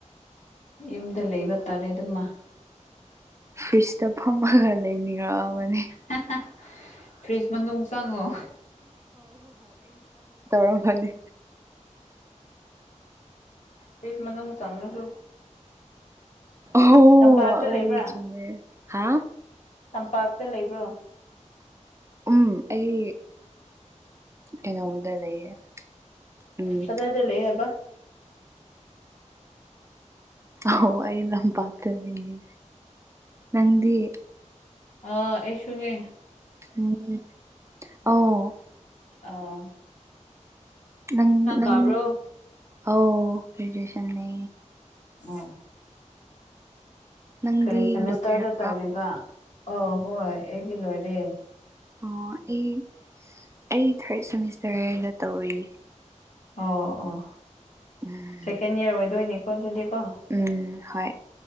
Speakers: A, on the left; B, on the right.
A: ꯌꯨꯝꯗ ꯂꯩꯕ ꯇꯥꯔꯦ ꯑꯗꯨꯃ
B: ꯐ꯭ꯔꯤꯖꯇ ꯐꯝꯃꯒ ꯂꯩꯅꯤꯡꯉꯛꯑꯥꯕꯅꯦ
A: ꯍꯥ ꯍꯥ ꯐ꯭ꯔꯤꯖ ꯃꯅꯨꯡ ꯆꯪꯑꯣ
B: ꯐꯅꯤ
A: ꯐꯤꯁ ꯃꯅꯨꯡ ꯆꯪꯉꯁꯨ
B: ꯑꯣ
A: ꯇꯝꯄꯥꯛꯇ
B: ꯑꯧ
A: ꯂꯩꯕ꯭ꯔꯥ
B: ꯆꯨꯝꯃꯦ ꯍꯥ
A: ꯇꯝꯄꯥꯛꯇ ꯂꯩꯕ꯭ꯔꯥ
B: ꯎꯝ ꯑꯩ ꯀꯩꯅꯣꯗ ꯂꯩꯌꯦ ꯎꯝ
A: ꯀꯗꯥꯗ ꯂꯩꯌꯦꯕ
B: ꯍꯣ ꯑꯩ ꯂꯝꯄꯥꯛꯇ ꯂꯩꯌꯦ ꯅꯪꯗꯤ
A: ꯑ ꯑꯩꯁꯨꯨꯅꯦ
B: ꯎꯝ ꯑꯣ
A: ꯑ
B: ꯅꯪ ꯅꯪ
A: ꯀꯥꯕ꯭ꯔꯣ
B: ꯑꯧ ꯒ꯭ꯔꯦꯖꯨꯑꯦꯁꯟ ꯅꯦ
A: ꯑꯣ
B: ꯅꯪꯗꯤ
A: ꯀꯔꯤ ꯁꯦꯃꯤꯁꯇ꯭ꯔꯗ
B: ꯂꯣꯏꯔꯕ꯭ꯔꯥ
A: ꯇꯧꯔꯤꯕ ꯑꯣ ꯍꯣꯏ ꯑꯩꯗꯤ ꯂꯣꯏꯔꯦ
B: ꯑꯣ ꯑꯩ ꯑꯩ ꯊꯥꯔꯠ ꯁꯦꯃꯤꯁꯇ꯭ꯔꯗ ꯇꯧꯔꯤ
A: ꯑꯣ ꯑꯣ
B: ꯎꯝ
A: ꯁꯦꯀꯦꯟ ꯏꯌꯥꯔ ꯑꯣꯏꯗꯣꯏꯅꯤꯀꯣ ꯑꯗꯨꯗꯤꯀꯣ
B: ꯎꯝ ꯍꯣꯏ